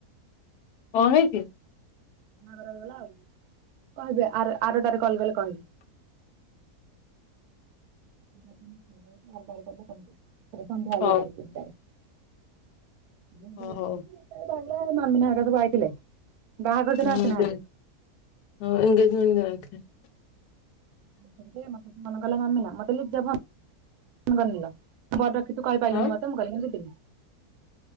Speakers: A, on the left; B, on the right.
A: କଣ ହେଇଛି?
B: ଘର ହେଇଗଲା ଆଉ କହିବେ ଆର ଆରଟାରେ କଲ ଗଲେ କହିବି। <unintelligible>
A: ହଉ।
B: <unintelligible>
A: ଓ ହଉ
B: ଆଇଥିଲେ। ବାହାଘର ଦିନ
A: ହୁଁ
B: ଆସିନାହାନ୍ତି
A: ଦେ ହଁ ଏେଜମେଣ୍ଟ <unintelligible>
B: ମତେ ମନ ଗଲା ମାମିନା ମତେ ଲିଜା <unintelligible> <unintelligible> ତୁ ତାପରେ କହି ପାରିଲାନି
A: ଆଉ
B: ମତେ। ମୁ କହିଲି ଯିବିନି